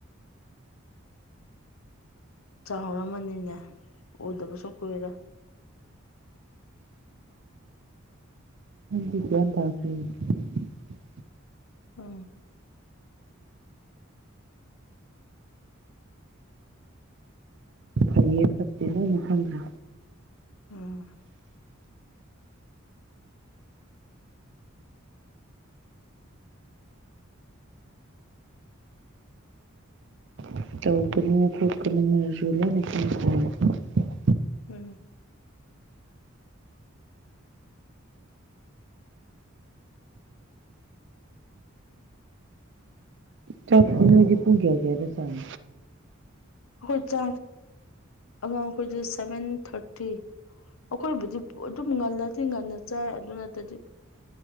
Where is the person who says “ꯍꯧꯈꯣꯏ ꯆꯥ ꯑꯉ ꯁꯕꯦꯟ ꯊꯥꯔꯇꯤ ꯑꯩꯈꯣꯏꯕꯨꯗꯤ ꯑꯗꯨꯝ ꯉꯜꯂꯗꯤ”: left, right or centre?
Left